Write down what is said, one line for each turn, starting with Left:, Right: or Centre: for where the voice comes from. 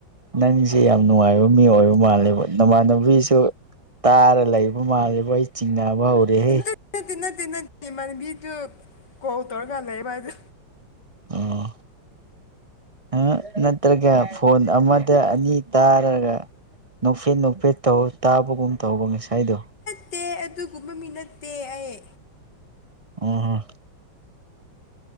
Right: ꯅꯪꯁꯦ ꯌꯥꯝ ꯅꯨꯡꯉꯥꯏꯕ ꯃꯤ ꯑꯣꯏꯕ ꯃꯥꯜꯂꯦꯕ ꯅꯃꯥꯟꯅꯕꯤꯁꯨ ꯇꯥꯔ ꯂꯩꯕ ꯃꯥꯜꯂꯦꯕꯣ ꯑꯩ ꯆꯤꯡꯅꯕ ꯍꯧꯔꯦꯍꯦ
Left: ꯅꯠꯇꯦ ꯅꯠꯇꯦ ꯅꯠꯇꯦ ꯅꯠꯇꯦ ꯏꯃꯥꯟꯅꯕꯤꯗꯨ ꯀꯣꯜ ꯇꯧꯔꯒꯂꯩꯕ ꯑꯗꯨ
Right: ꯑꯣ ꯎꯝ ꯅꯠꯇ꯭ꯔꯒ ꯐꯣꯟ ꯑꯃꯗ ꯑꯅꯤ ꯇꯥꯔꯒ ꯅꯣꯛꯐꯦꯠ ꯅꯣꯛꯐꯦꯠ ꯇꯧ ꯇꯥꯕꯒꯨꯝ ꯇꯧꯕ ꯉꯁꯥꯏꯗꯣ
Left: ꯅꯠꯇꯦ ꯑꯗꯨꯒꯨꯝꯕ ꯃꯤ ꯅꯠꯇꯦ ꯑꯩ
Right: ꯑꯣ ꯍꯣ